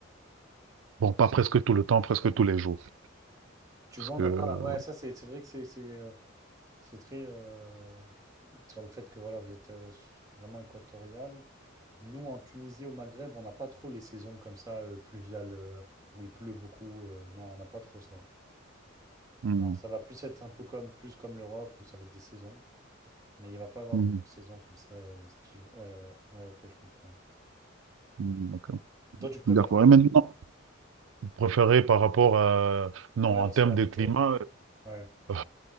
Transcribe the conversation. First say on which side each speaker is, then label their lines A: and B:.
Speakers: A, on the right; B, on the right.
A: Bon, pas presque tout le temps, presque tous les jours.
B: Tu
A: Parce
B: vois,
A: que...
B: on n'a
A: euh,
B: pas. Ouais, ça, c'est c'est vrai que c'est c'est euh, c'est très. euh, sur le fait que, voilà, vous êtes euh, s- vraiment équatorial. Nous, en Tunisie, au Maghreb, on n'a pas trop les saisons comme ça, euh, pluviales, euh, où il pleut beaucoup. euh, non, on n'a pas trop ça.
A: hmm,
B: Non, ça va plus être un peu comme, plus comme l'Europe, où ça va être des saisons. Mais il va pas avoir
A: hmm,
B: des grosses saisons comme ça. euh, estiv- Ouais, ouais, ouais, ok, je comprends.
A: hmm, D'accord.
B: Toi, tu préfères
A: D'accord.
B: quoi?
A: Et maintenant, Préféré par rapport à... Non,
B: Ouais,
A: en termes
B: sur la
A: de
B: météo.
A: climat,
B: Ouais,
A: euh,